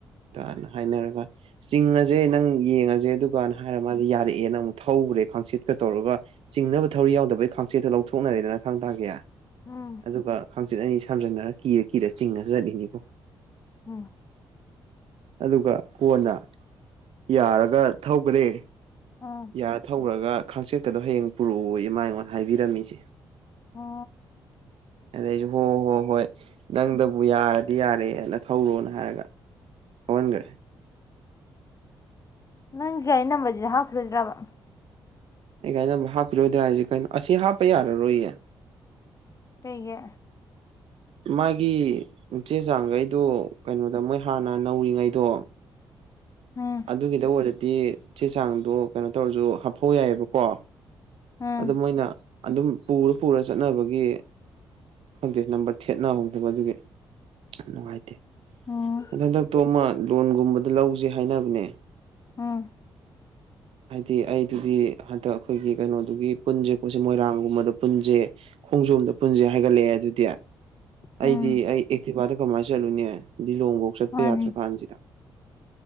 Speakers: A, on the right; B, on the left.
A: ꯅ ꯍꯥꯏꯅꯔꯒ ꯆꯤꯡ ꯑꯁꯦ ꯅꯪ ꯌꯦꯡꯉꯁꯤ ꯦ ꯑꯗꯨꯒꯅ ꯍꯥꯏꯔ ꯃꯥꯗꯤꯦ ꯌꯥꯔꯦ ꯑꯦꯦꯅ ꯑꯃꯨꯛ ꯊꯧꯧꯕꯨꯔꯦ ꯈꯥꯆꯦꯠꯀ ꯇꯧꯔꯒ ꯆꯤꯡꯅꯕ ꯊꯧꯔꯤ ꯌꯥꯎꯗꯕꯩ ꯈꯥꯆꯦꯠꯇꯣ ꯂꯧꯊꯣꯛꯅꯔꯦꯗꯅ ꯊꯥꯡ ꯇꯥꯒꯤꯦꯌꯥ
B: ꯎꯝ
A: ꯑꯗꯨꯒ ꯈꯪꯆꯤꯠ ꯑꯅꯤ ꯁꯝꯖꯟꯅꯔ ꯀꯤꯔ ꯀꯤꯔ ꯆꯤꯡꯉ ꯆꯠꯂꯤꯅꯤꯕꯣ
B: ꯎꯝ
A: ꯑꯗꯨꯒ ꯀꯣꯟꯅ ꯌꯥꯔꯒ ꯊꯧꯒꯅꯤꯦ
B: ꯎꯝ
A: ꯌꯥꯔ ꯊꯧꯔꯒ ꯈꯥꯡꯆꯦꯠꯇꯗꯣ ꯍꯌꯦꯡ ꯄꯨꯔꯛꯑꯣ ꯏꯃ ꯑꯩꯉꯣꯟꯗ ꯍꯥꯏꯕꯤꯔꯝꯃꯤꯁꯦ
B: ꯍ
A: ꯑꯗ ꯍꯣ ꯍꯣ ꯍꯣꯏ ꯅꯪꯗꯕꯨ ꯌꯥꯔꯒ ꯗꯤ ꯌꯥꯔꯦꯅ ꯊꯧꯔꯣꯅ ꯍꯥꯏꯔꯒ ꯊꯃꯟꯒꯦꯦ
B: ꯅꯪꯒ ꯏꯩꯅꯝꯕꯖ ꯍꯥꯈ ꯔꯣꯖ꯭ꯔꯕ
A: ꯑꯩ ꯀꯥꯏꯅ ꯍꯥꯞꯈꯤꯔꯣꯏꯗ꯭ꯔꯥ ꯍꯥꯏꯁꯦ ꯀꯩꯅꯣ ꯑꯁꯤ ꯍꯥꯞꯄ ꯌꯥꯔꯔꯣꯏꯌꯦ
B: ꯄꯩꯒ
A: ꯃꯥꯒꯤ ꯆꯦ ꯆꯥꯡꯈꯩꯗꯨ ꯀꯩꯅꯣꯗ ꯃꯣꯏ ꯍꯥꯟꯅ ꯅꯧꯔꯤꯉꯩꯗꯣ
B: ꯎꯝ
A: ꯑꯗꯨꯒꯤꯗ ꯑꯣꯏꯔ ꯗꯤ ꯆꯦ ꯆꯥꯡꯗꯣ ꯀꯩꯅꯣ ꯇꯧꯔꯁꯨ ꯍꯥꯞꯐꯧ ꯌꯥꯏꯑꯕꯀꯣ
B: ꯎꯝ
A: ꯑꯗꯨ ꯃꯣꯏꯅ ꯑꯗꯨꯝ ꯄꯨꯔ ꯄꯨꯔ ꯆꯠꯅꯕꯒꯤ ꯈꯪꯗꯦ ꯅꯝꯕꯔ ꯊꯦꯠꯅꯍꯧꯗꯕ ꯑꯗꯨꯒꯤ ꯅꯨꯡꯉꯥꯏꯇꯦ
B: ꯎꯝ
A: ꯑ ꯍꯟꯗꯛꯇꯣ ꯑꯃ ꯂꯣꯟꯒꯨꯝꯕꯗ ꯂꯧꯁꯦ ꯍꯥꯏꯅꯕꯅꯦ
B: ꯎꯝ
A: ꯍꯥꯏꯗꯤ ꯑꯩꯗꯨꯗꯤ ꯍꯟꯗꯛ ꯑꯩꯈꯣꯏꯒꯤ ꯀꯩꯅꯣꯗꯨꯒꯤ ꯄꯨꯟꯁꯦ ꯑꯩꯣꯣꯏꯁꯦ ꯃꯣꯏꯔꯥꯡꯒꯨꯝꯕꯗ ꯄꯨꯟꯁꯦ ꯈꯣꯡꯖꯣꯝꯗ ꯄꯨꯟꯁꯦ ꯍꯥꯏꯒꯠꯂꯛꯑꯦ ꯑꯗꯨꯗꯤ
B: ꯎꯝ
A: ꯑꯩꯗꯤ ꯑꯩ ꯊꯤ ꯐꯔꯦ ꯀꯃꯁꯜꯨꯅ ꯂꯤꯂꯣꯡꯐꯧ ꯆꯠꯄ
B: ꯃꯥꯅꯤ
A: ꯌꯥꯗ꯭ꯔ ꯀꯥꯟꯁꯤꯗ